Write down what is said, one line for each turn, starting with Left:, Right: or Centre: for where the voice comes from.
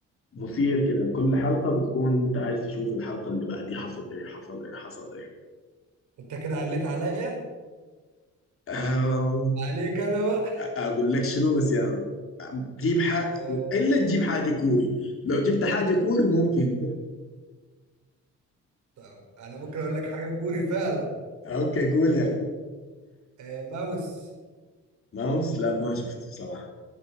Left: مثير كده كل حلقة بتكون أنت عايز تشوف الحلقة اللي بعديها حصل إيه حصل إيه حصل
Right: انت كده عليت عليا
Left: إيه
Right: عليك انا بقى
Left: اقول لك شنو بس يا عم جيب حاجة
Right: آه
Left: الا تجيب حاجة كوري لو جبت حاجة كوري ممكن
Right: طب انا ممكن اقول لك حاجه كوري فعلا
Left: اوكي قول يا عم
Right: آه ماوس
Left: ماوس لا ما شفته صراحة